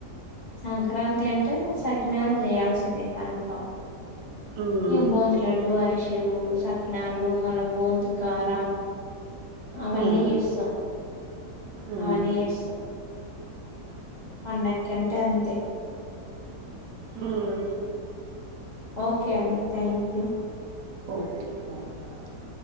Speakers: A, on the left; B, on the right.
A: సంక్రాంతి అంటే సకినాలు చేయాల్సిందే కన్ఫామ్
B: ఉమ్
A: ఇ బోంద్ లడ్డు అరిశెలు సక్క కాకినాలు మళ్ళ బోందు కార అవన్నీ
B: ఉమ్
A: చేస్తాం
B: ఉమ్
A: అవన్నీ చేస్తాం పండకి అంటే అంతే
B: ఉమ్
A: ఓకే అండి థ్యాంక్ యూ
B: ఓకే థ్యాంక్ ూ